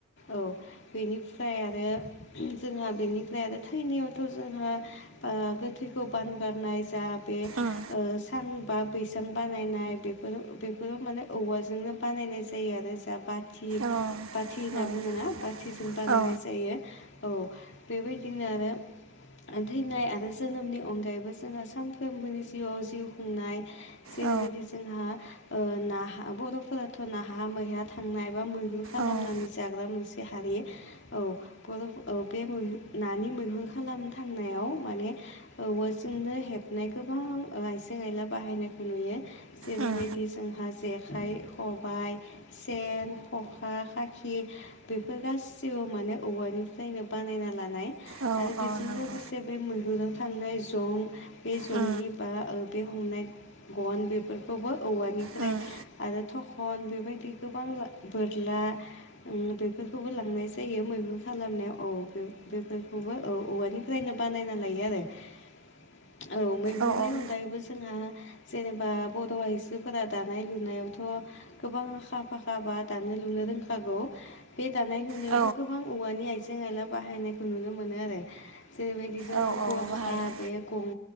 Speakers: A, on the left; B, on the right.
A: औ बेनिफ्राय आरो जोंहा बेनिफ्राय आरो थैनायावथ' जोंहा ओ गोथैखौ बानगारनाय जा बे
B: उम
A: ओ सां बा बैसां बानायनाय बेफोरो बेफोरो माने औवाजोंनो बानायनाय जायो आरो दा बाथि
B: औ
A: बाथि होनना
B: उम
A: बुङो ना बाथिजों बानायनाय
B: औ उम औ
A: जायो औ बेबायदिनो आरो थैनाय आरो जोनोमनि अनगायैबो जोंहा सानफ्रोमबोनि जिउआव जिउ खुंनाय जेरैबायदि
B: औ
A: जोंहा ओ नाहा बर'फोराथ' नाहा मैहा थांनाय एबा मैहुर खालामनानै
B: उम
A: जाग्रा मोनसे हारि औ बर' औ बे मोन नानि मैहुर खालाम थांनायाव माने औवाजोंनो हेबनाय गोबां आइजें आयला बाहायनायखौ नुयो जेरैबायदि
B: उम
A: जोंहा जेखाइ खबाय सेन खखा खाखि बेफोर गासिबो माने औवानिफ्रायनो बानायना लानाय
B: औ
A: आरो बेजों
B: औ नंगौ
A: लोगोसे बे मैहुराव थांनाय जं बे जंनि
B: उम
A: बा ओ बे हमनाय गन बेफोरखौबो औवानिफ्राय
B: उम
A: आरो थखन बेबायदि गोबां बोरला उम बेफोरखौबो लांनाय जायो मैहुर खालामनायाव औ बेफोरखौबो औ औवानि फायनो बानायना लायो आरो औ मैहुरनि
B: ओं
A: अनगायैबो जोंहा जेनेबा बड' आइजोफोरा दानाय लुनायावथ' गोबां आखा फाखा बा दानो लुनो रोंखागौ बे दानाय जावबो
B: औ
A: गोबां औवानि आइजें आयला बाहायनायखौ नुनो मोनो आरो जेरैबायदि जोंना
B: औ औ
A: गरखा
B: बाहायो
A: बे गं